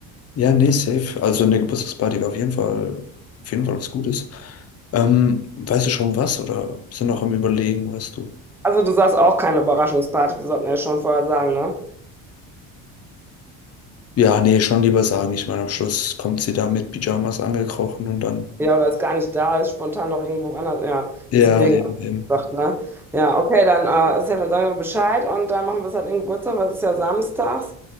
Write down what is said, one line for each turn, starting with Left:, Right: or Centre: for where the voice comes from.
Left: ja, nee, safe. Also eine Geburtstagsparty wäre auf jeden Fall, auf jeden Fall was Gutes. Ähm, weißt du schon was oder sind noch am Überlegen, Weißt du?
Centre: Also du sagst auch keine Überraschungsparty, wir sollten ja schon vorher sagen, ne?
Left: Ja, nee, schon lieber sagen. Ich meine, am Schluss kommt sie da mit Pyjamas angekrochen und dann.
Centre: Ja, oder ist gar nicht da ist, spontan noch irgendwo anders. Ja,
Left: Ja,
Centre: deswegen
Left: eben,
Centre: hab
Left: eben.
Centre: ich gesagt, ne? Ja, okay, dann, äh, Sven, dann sagen wir Bescheid und dann machen wir es halt im Geburtstag, weil es ist ja samstags.